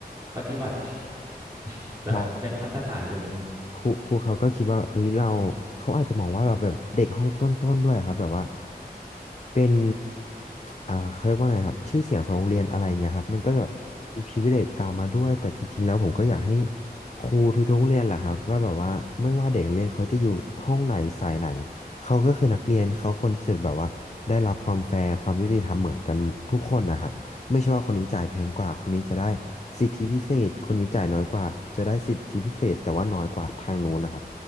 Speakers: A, on the right; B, on the left.
A: ปฏิบัติ <laughs> แบบแบ่งมาตรฐานเอง
B: ใช่ครับครูครูเขาก็คิดว่าเอ้ยเราเขาอาจจะมองว่าเราแบบเด็กห้องต้นๆด้วยครับแบบว่าเป็นอ่าเขาเรียกว่าไงครับชื่อเสียงของโรงเรียนอะไรเงี้ยครับมันก็จะแบบมี privilege ตามมาด้วยแต่จริงๆแล้วผมก็อยากให้ครูทุกๆโรงเรียนแหละครับว่าแบบว่าไม่ว่าเด็กนักเรียนเขาจะอยู่ห้องไหนสายไหนเขาก็คือนักเรียนเขาควรที่จะแบบว่าได้รับความแฟร์ความยุติธรรมเหมือนกันทุกคนนะครับ ไม่ใช่ว่าคนนี้จ่ายแพงกว่าคนนี้จะได้สิทธิพิเศษคนนี้จ่ายน้อยกว่าจะได้สิทธิพิเศษแต่ว่าน้อยกว่าทางนู้นนะครับ